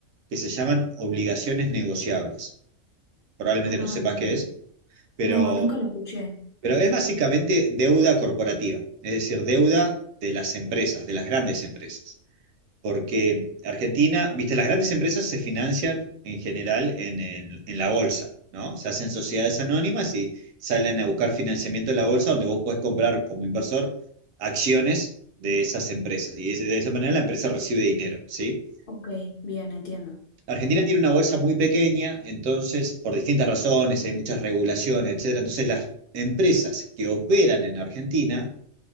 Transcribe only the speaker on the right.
que se llaman obligaciones negociables. Probablemente
no sepas
qué es, pero,
pero es básicamente deuda corporativa, es decir, deuda de las empresas, de las grandes empresas. Porque Argentina, viste, las grandes empresas se financian en general en, el- en la bolsa, ¿no? Se hacen sociedades anónimas y salen a buscar financiamiento en la bolsa donde vos podés comprar como inversor acciones de esas empresas. Y de esa manera la empresa recibe dinero, ¿sí?
Argentina tiene una bolsa muy pequeña, entonces, por distintas razones, hay muchas regulaciones, etcétera. Entonces, las empresas que operan en Argentina,